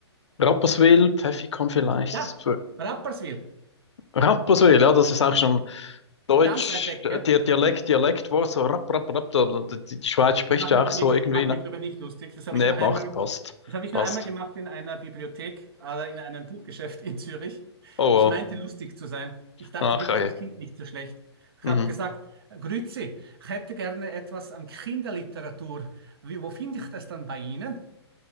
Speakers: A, on the left; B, on the right.
A: Rapperswil, Pfäffikon vielleicht.
B: Ja,
A: So,
B: Rapperswil,
A: Rapperswil, ja, das ist auch schon Deutsch,
B: ganz weit weg,
A: äh,
B: gell?
A: Di- Dialekt, Dialektwort, so rapp, rapp, rapp. da- da- Die, die Schweiz spricht
B: Ich mache
A: ja
B: mich
A: auch so
B: wirklich,
A: irgendwie,
B: ich mache
A: ne?
B: mich darüber nicht lustig. Das habe
A: Ne,
B: ich nur
A: macht,
B: einmal,
A: passt,
B: das habe ich
A: passt.
B: nur einmal gemacht in einer Bibliothek oder in einem Buchgeschäft in Zürich.
A: Oh,
B: Ich meinte
A: wow.
B: lustig zu sein. Ich dachte
A: Ach,
B: wirklich,
A: ja.
B: das klingt nicht so schlecht. Ich
A: Mhm.
B: habe gesagt, Grüezi, ich hätte gerne etwas an Kinderliteratur. Wie, wo finde ich das dann bei Ihnen?